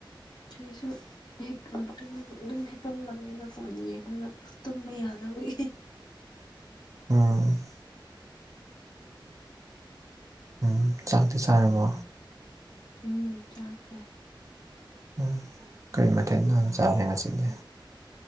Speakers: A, on the left; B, on the right.
A: ꯑꯩꯁꯨ ꯑꯗꯨꯝ ꯍꯤꯑꯣꯕꯅꯤꯗ ꯐꯣꯟ ꯌꯦꯡꯉꯒ ꯇꯨꯝꯕ ꯌꯥꯗꯕꯒꯤ
B: ꯎꯝ ꯎꯝ ꯆꯥꯛꯇꯤ ꯆꯥꯔꯕꯣ
A: ꯎꯝ ꯆꯥꯈꯔ꯭ꯦ
B: ꯎꯝ ꯀꯔꯤ ꯃꯊꯦꯜ ꯑꯣꯏꯅ ꯆꯥꯔꯦ ꯉꯁꯤꯗꯤ